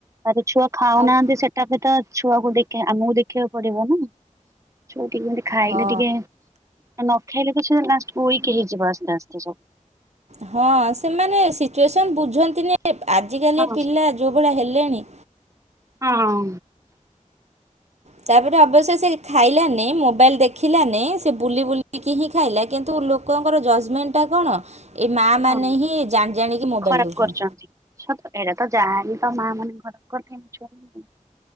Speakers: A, on the right; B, on the right.
A: ଆରେ ଛୁଆ ଖାଉନାହାନ୍ତି
B: ଆଉ
A: ସେଟା ବି ତ ଛୁଆକୁ ଦେଖ୍ ଆମକୁ ଦେଖିବାକୁ ପଡିବ ନା। କୋଉଠି ଏମିତି ଖାଇଲେ
B: ହଁ
A: ଟିକେ ଆଉ ନ ନଖାଇଲେ ତ ଛୁଆ ଲାଷ୍ଟକୁ ଉଇକ୍ ହେଇଯିବ। <unintelligible>
B: ହଁ ସେମାନେ ସିଚୁଏସନ୍ ବୁଝନ୍ତିନି ଆଜିକାଲିଆ
A: ହଁ
B: ପିଲା ଯୋଉ ଭଳିଆ ହେଲେଣି
A: ହଁ
B: ତାପରେ ଅବଶ୍ୟ ସେ ଖାଇଲାନି ମୋ ମୋବାଇଲ୍ ଦେଖିଲାନି ସେ ବୁଲି ବୁଲିକି ହିଁ ଖାଇଲା କିନ୍ତୁ ଲୋକ ମୋର ଜଜ୍ମେଣ୍ଟ ଟା କଣ ଏ ମା ମାନେ
A: ହଁ
B: ହି ଜାଣି ଜାଣି କି ମୋବାଇଲ୍
A: ଖରାପ
B: ଦଉଛନ୍ତି।
A: କରୁଛନ୍ତି। ସତ ଏଇଟା ତ ଯାହାହେଲେ ତ ମା ମାନେ। <unintelligible>